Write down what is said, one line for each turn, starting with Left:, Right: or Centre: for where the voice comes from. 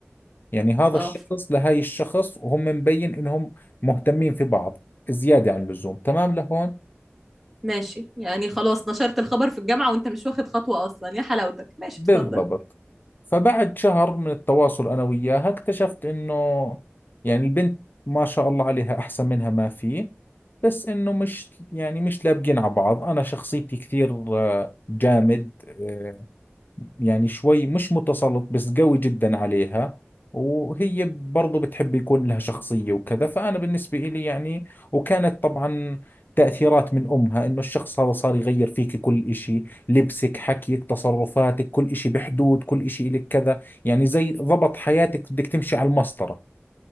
Left: يعني هذا
Centre: اه
Left: الشخص لهاي الشخص وهم مبين إنهم مهتمين في بعض زيادة عن اللزوم تمام لهون
Centre: ماشي يعني خلاص نشرت الخبر في الجامعة وانت مش واخد خطوة اصلا يا حلاوتك ماشي
Left: بالضبط
Centre: اتفضل
Left: فبعد شهر من التواصل أنا وياها اكتشفت إنه يعني البنت ما شاء الله عليها أحسن منها ما في بس إنه مش يعني مش لابقين على بعض أنا شخصيتي كثير آه، جامد آه، يعني شوي مش متسلط بس قوي جدا عليها وهي برضو بتحب يكون لها شخصية وكذا فأنا بالنسبة إلي يعني وكانت طبعا تأثيرات من أمها إنه الشخص هذا صار يغير فيك كل إشي لبسك حكيك تصرفاتك كل إشي بحدود كل إشي إلك كذا يعني زي ضبط حياتك بدك تمشي على المسطرة